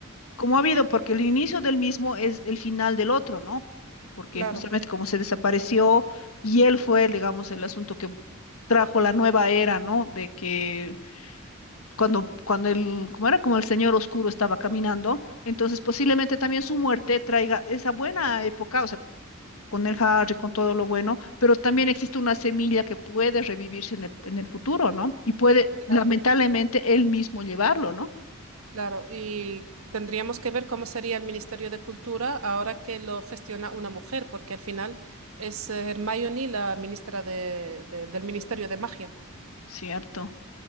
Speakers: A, on the left; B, on the right.
A: como ha habido, porque el inicio del mismo es el final del otro, ¿no? Porque
B: Claro.
A: justamente como se desapareció y él fue, digamos, el asunto que trajo la nueva era, ¿no? De que cuando, cuando el, como era como el señor oscuro estaba caminando, entonces posiblemente también su muerte traiga esa buena época, o sea, con el Harry, con todo lo bueno, pero también existe una semilla que puede revivirse en el, en el futuro, ¿no? Y puede, lamentablemente,
B: claro.
A: él mismo llevarlo, ¿no?
B: Claro, y tendríamos que ver cómo sería el Ministerio de Cultura ahora que lo gestiona una mujer, porque al final es eh, Hermione la ministra de- de- del Ministerio de Magia.
A: Cierto.